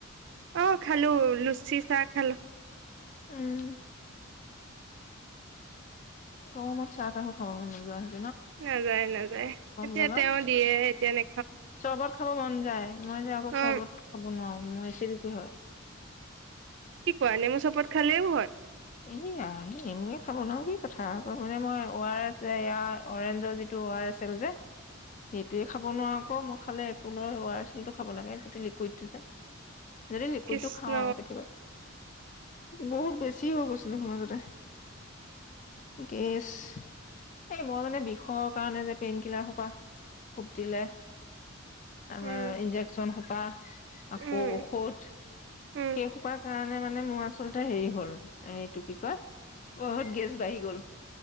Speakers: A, on the right; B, on the left.
A: অ খালো লুচ শিছা খালো
B: উম গৰমত চাহ তাহো খাব মন নোযোৱা হৈ
A: নাযায় নাযায় এতিয়া
B: ডালত
A: তেওঁ দিয়ে তেনে
B: চৰ্বত খাব মন যায়। মই যে আকৌ
A: অ
B: চৰ্বত খাব নোৱাৰো মোৰ এচিডিটি হয়।
A: কি কোৱা! নেমু চৰ্বত খালেও হয়?
B: ই আই এনে খাব ন কি কথা আকৌ মানে মই অ আৰ এচ যে ইয়াৰ অৰেঞ্জৰ যিটো অ আৰ এচ এল যে সেইটোয়ে খাব নোৱাৰো আকৌ মই খালে পুলৰ অ আৰ এচ এল টো খাব লাগে যিটো লিকুইডটো যে যদি লিকুইডটো
A: কৃষ্ণ
B: খাওঁ আৰু কেতিয়াবা, বহুত বেছ বেছি হৈ গৈছিল দেখোন মাজতে, গেছ এই মই মানে বিষৰ কাৰণে যে পেইন কিলাৰ সোপা ফুটিলে আ
A: উম
B: ইঞ্জেকচন পাহ আকৌ
A: উম
B: ঔষধ
A: উম
B: সেই সোপাৰ কাৰণে মানে মোৰ আচলতে হেৰি হ'ল এইটো কি কয় বহুত গেছ বাঢ়ি গ'ল